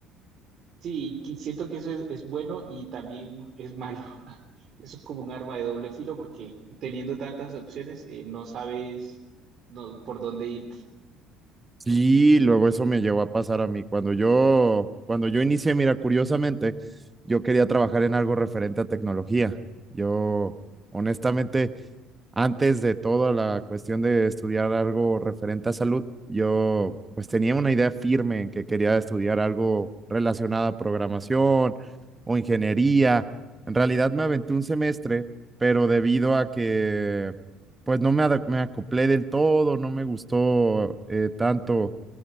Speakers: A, on the right; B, on the right.
A: Sí, qui- siento que eso es, es bueno y también es malo. <laughs> Eso es como un arma de doble filo porque teniendo tantas opciones eh, no sabes no- por dónde irte.
B: Sí, luego eso me llegó a pasar a mí. Cuando yo, cuando yo inicié, mira, curiosamente, yo quería trabajar en algo referente a tecnología. Yo, honestamente, antes de toda la cuestión de estudiar algo referente a salud, yo pues tenía una idea firme en que quería estudiar algo relacionado a programación o ingeniería. En realidad me aventé un semestre, pero debido a que pues no me, ada- me acoplé del todo, no me gustó eh, tanto,